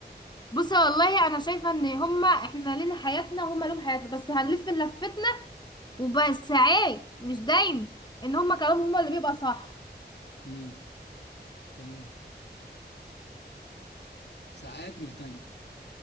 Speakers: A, on the left (about 25°); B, on the left (about 70°).
A: بصي والله انا شايفه ان هما احنا لينا حياتنا وهما لهم حياتنا بس هنلف لفتنا وبس ساعات مش دايم ان هما كلامهم هما اللي بيبقى صح
B: امم تمام ساعات مش دايما